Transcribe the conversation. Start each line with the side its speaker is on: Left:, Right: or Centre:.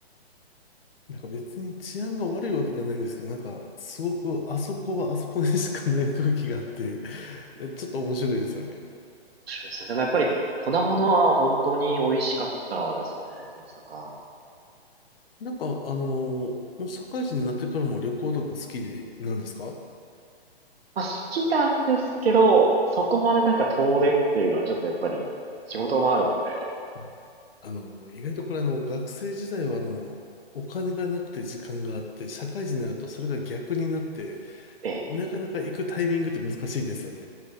Left: なんか別に治安が悪いわけじゃないんですけど、なんかすごくあそこはあそこでしかない空気があって、<laughs>
Right: 面
Left: ちょっと面白いですよね。
Right: 白いですね。でもやっぱり、粉物は本当に美味しかったですね、大阪。
Left: なんかあのーもう社会人になってからも旅行とか好きでなんですか
Right: まあ、好きなんですけど、そこまでなんか遠出っていうのはちょっとやっぱり、仕事もあるので、
Left: ああの、意外とこれあの、学生時代はあの、お金がなくて時間があって、社会人になるとそれが逆になって、
Right: ええ。
Left: なかなか行くタイミングって難しいですよね。